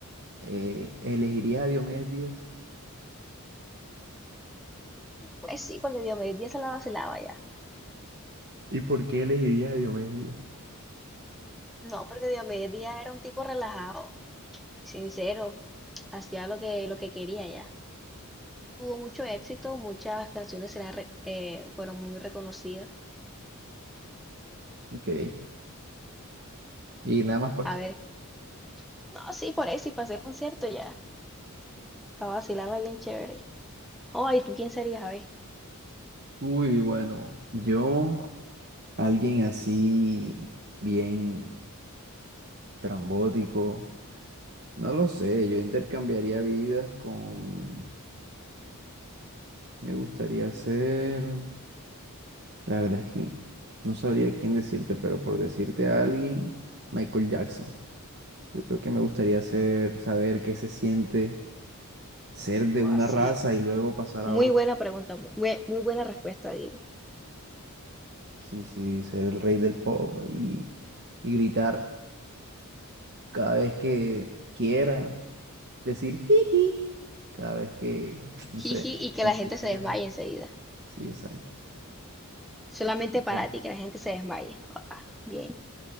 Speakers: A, on the right; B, in the centre.
A: eh, ¿elegirías a Diomedes Díaz?
B: Pues sí, porque Diomedes Díaz se la vacilaba ya.
A: ¿Y por qué elegirías a Diomedes Díaz?
B: No, porque Diomedes Díaz era un tipo relajado, sincero, hacía lo que, lo que quería ya. Tuvo mucho éxito, muchas canciones eran re- eh, fueron muy reconocidas.
A: Ok. Y nada más por
B: A
A: eso.
B: ver, no, sí, por ahí sí pasé concierto ya, para vacilarla bien chévere. Oh, ¿y tú quién serías, a ver?
A: Uy, bueno, yo, alguien así, bien estrambótico, no lo sé, yo intercambiaría vidas con, me gustaría ser... La verdad es que no sabría quién decirte, pero por decirte a alguien, Michael Jackson. Yo creo que me gustaría ser, saber qué se siente ser de
B: Oh,
A: una
B: sí.
A: raza y luego pasar
B: Muy
A: a otra.
B: buena pregunta, mu- muy, muy buena respuesta, digo.
A: Sí, sí, ser el rey del pop y, y gritar cada vez que quiera, decir jiji, cada vez que, no
B: Jiji,
A: sé,
B: y que
A: tenga
B: la gente
A: miedo.
B: se desmaye enseguida.
A: Sí, exacto.
B: Solamente para
A: Ser-
B: ti, que la gente se desmaye. Ah, bien.